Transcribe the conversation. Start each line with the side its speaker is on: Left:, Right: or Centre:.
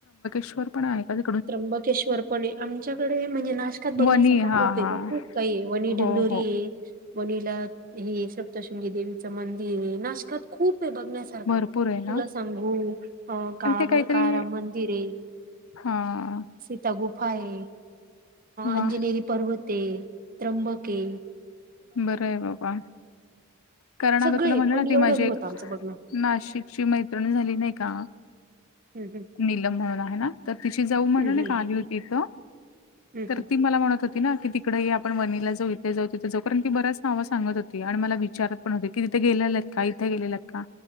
Left: ण आहेध
Right: त्र्यंबकेश्वरपणे आमच्याकडे म्हणजे नाशकात बघण्यासारखा
Left: वणी हा
Right: खूप आहे
Left: हा
Right: गं खूप काय वणी
Left: हो
Right: डंडोरी
Left: हो
Right: आहे वनिला हे सप्तशृंगी देवीचं मंदिर हे नाशकात खूप हे बघण्या सारखं
Left: भरपूर आहे ना
Right: तुला सांगू काळा
Left: आणि ते काहीतरी
Right: काळाराम मंदिर आहे
Left: हा
Right: सीता गुफा आहे
Left: वा
Right: अंजनेरी पर्वत आहे त्र्यंबके
Left: बरं आहे बाबा कारण
Right: सगळे
Left: अगं तुला म्हटलं
Right: पण
Left: ना
Right: एवढं
Left: ती माझी
Right: नाही
Left: एक
Right: होतं आमचं बघणं
Left: नाशिकची मैत्रिणी झाली नाही का
Right: हम्म हम्म
Left: निलम म्हणून आहे ना तर तिची जाऊ म्हणून
Right: हम्म
Left: एक
Right: हम्म हम्म
Left: आली इथं
Right: हम्म
Left: तर ती मला म्हणत होती ना की तिकडे आपण वनीला जो इथे जाऊ तिथ ती बऱ्याच नावं सांगत होती आणि मला विचारत पण होती की तिथे गेले आहेत का इथे गेलेलेत का